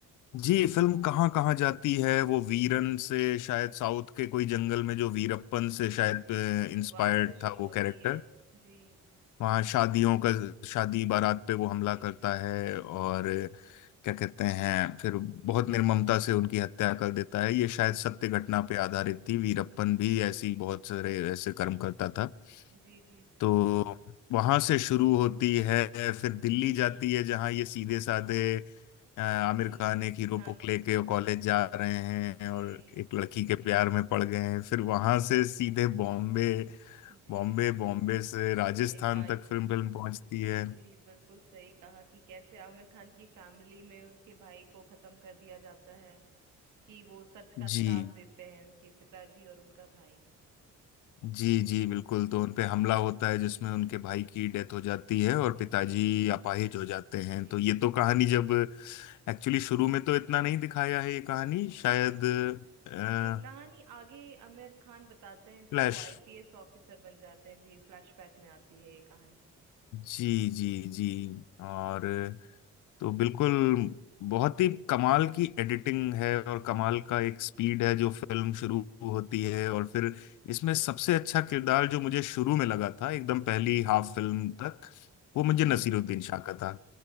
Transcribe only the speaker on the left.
जी फिल्म कहाँ कहाँ जाती है वो वीरन
से शायद साउथ के कोई जंगल में जो वीरप्पन से शायद
इंस्पायर्ड
था वो
कैरेक्टर
वहाँ शादियों का शादी बारात पे वो हमला
करता
है और
क्या कहते हैं फिर बहुत निर्ममता से उनकी हत्या कर देता है ये
शायद
सत्य घटना पे आधारित थी वीरप्पन भी ऐसी बहुत सारे ऐसे कर्म करता था
तो वहां से शुरू होती है फिर दिल्ली जाती है जहां ये सीधे साधे अ, आमिर
खान एक हीरो
को लेके कॉलेज जा रहे हैं
और एक लड़की के प्यार में पड़ गए हैं
फिर वहां से सीधे बॉम्बे
बॉम्बे बॉम्बे से राजस्थान
तक फिल्म फिल्म पहुंचती
है
जी
जी
जी बिल्कुल तो उन पे हमला होता है जिसमें
उनके भाई की डेथ हो जाती है और
पिताजी
अपाहिज हो जाते हैं
तो ये तो कहानी जब एक्चुअली शुरू में तो इतना नहीं दिखाया है ये कहानी शायद अ,
फ्लैश
जी जी जी और तो बिल्कुल बहुत ही कमाल की एडिटिंग है और कमाल का एक स्पीड है जो फिल्म शुरू होती है और फिर इसमें
सबसे अच्छा किरदार जो मुझे शुरू में लगा था एकदम पहली
हाफ फिल्म तक वो मुझे
नसीरुद्दीन शाह का था